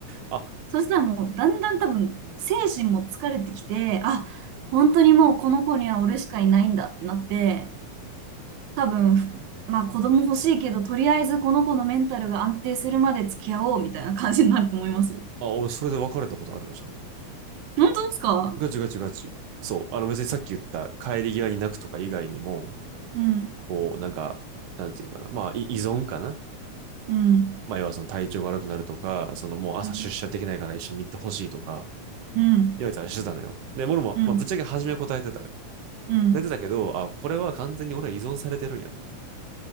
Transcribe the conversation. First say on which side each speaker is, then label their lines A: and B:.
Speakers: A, on the right; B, on the right.
A: あ、
B: そしたらもうだんだん多分精神も疲れてきて、あ、本当にもうこの子には俺しかいないんだってなって、多分、ふまあ子供欲しいけど、とりあえずこの子のメンタルが安定するまで付き合おうみたいな感じになると思いますよ。
A: あ、俺それで別れたことあるわ、ちゃんと。
B: 本当ですか
A: ガチガチガチ。そう。あの別にさっき言った帰り際に泣くとか以外にも、
B: うん、
A: こう、なんか、なんていうのかな。まあ、い依存かな。
B: うん、
A: まあ、要はその体調が悪くなるとか、そのもう朝出社できないから一緒に行ってほしいとか、
B: うん、うん、
A: 言われたりしてたのよ。で、俺も、
B: うん、
A: まあ、ぶっちゃけ初めは答えてたよ。
B: うん。
A: 答えてたけど、あ、これは完全に俺は依存されてるんやなと。